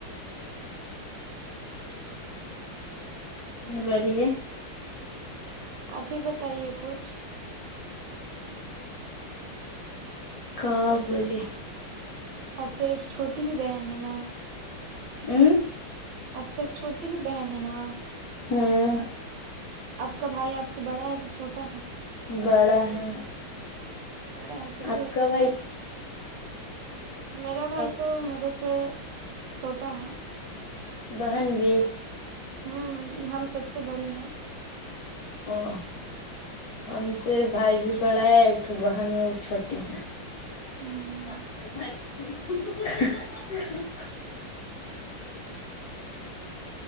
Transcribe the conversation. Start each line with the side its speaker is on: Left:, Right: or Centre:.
Left: بولیے
Right: آپ بھی بتائیے کچھ
Left: کا بولی
Right: اچھا ایک چھوٹی بھی بہن ہے نا
Left: امم
Right: اب سے ایک چھوٹی بھی بہن ہے نا
Left: ہوں
Right: آپ کا بھائی آپ سے بڑا ہے کہ چھوٹا ہے
Left: بڑا ہے
Right: بڑا ہے چلیے
Left: آپ
Right: اچھی
Left: کا بھائی
Right: بات میرا بھائی
Left: آپ
Right: تو میرے سے چھوٹا ہے
Left: بہن بھی
Right: ہوں ہم سب سے بڑے ہیں
Left: او ہم سے بھائی بھی بڑا ہے ایک بہن بھی وہ چھوٹی ہے
Right: ہوں
Left: <inaudible>